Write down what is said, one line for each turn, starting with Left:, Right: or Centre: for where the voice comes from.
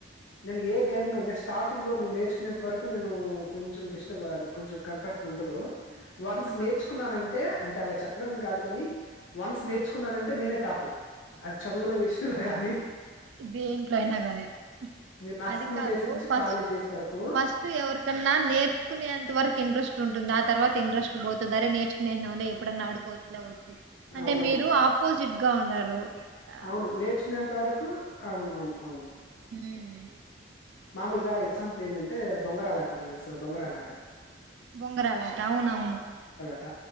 Left: నేన్ ఏ గేమ్ అయిన శ్ స్టార్టింగ్లో నేను నేర్చుకునేంత వరకు నేను కొంచెం డిస్టర్బ్ అది కొంచెం కంఫర్ట్ గుండదు. వన్స్
Right: ఆహా
Left: నేర్చుకున్నానంటే అంటే అలా చెప్పడంమని కాదు కాని వన్స్ నేర్చుకున్నానంటే
Right: ఆ.
Left: నేనే టాపు అది చదువుల విశ్శంలో గాని
Right: దేంట్లో అయినా కానీ
Left: నేను నా
Right: అది
Left: స్కూల్
Right: కాదు
Left: డేస్ నుంచి
Right: ఫస్ట్
Left: కాలేజ్ డేస్ వరకు
Right: ఫస్ట్ ఎవరికన్నా నేర్చుకునేంత వరక్ ఇంట్రస్ట్ ఉంటుంది ఆ తర్వాతా ఇంట్రస్ట్ పోతుంది అరే నేర్చ్ నేనుళ్ళ ఎప్పుడన్నా ఆడుకోవచ్చులే వచ్చు అంటే
Left: అవునవును.
Right: మీరు ఆపోజిట్ గా ఉండారు. ఆ,
Left: అవును నేర్చుకునేంత వరకు అవునవును అవును.
Right: ఉమ్,
Left: మామూలుగా ఎగ్జాంపుల్ ఏందంటే బొంగరాలు ఆటంటే తెలుస బొంగరాలు ఆడ్డం.
Right: బొంగరాలట అవును అవును
Left: ఆట